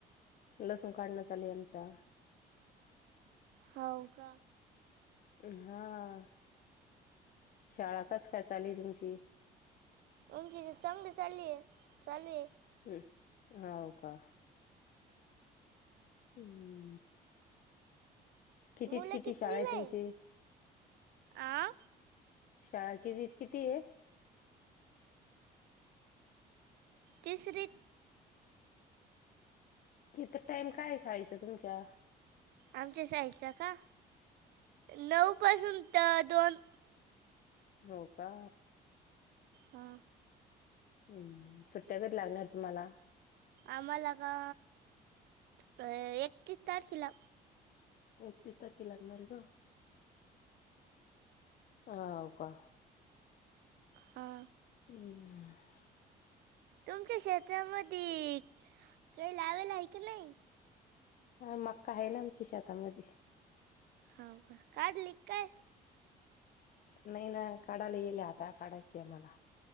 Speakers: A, on the left; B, on the right.
A: लसूण काढण चालुय आमचा
B: होव का.
A: हा, शाळा कस काय चालु तुमची?
B: आमची तर चांगली चालिये चालूये
A: हम्, होव का. हम्म कितीत
B: मुलं
A: किती
B: कितीवीला
A: शाळा आहे तुमची
B: ये, आ?
A: शाळा किती त किती ये?
B: तिसरीत
A: कित टाइम काय शाळेच तुमच्या?
B: आमच्या शाळ च का? नऊ पासून त दोन.
A: होव का.
B: हा
A: हम्म, सुट्ट्या कधी लागणार तुम्हाला?
B: आम्हाला का? अ एकतीस तारखेला.
A: एकतीस तारखे लागणार ये का? ह हव का?
B: हा.
A: हम्
B: तुमच्या शेतामधी कायी लावेल आहे का नयी?
A: ह, मका आहे ना आमच्या शेतामधी.
B: ह का? काढली क काय?
A: नाही ना काढायला येईल आता काढायची ये आम्हाला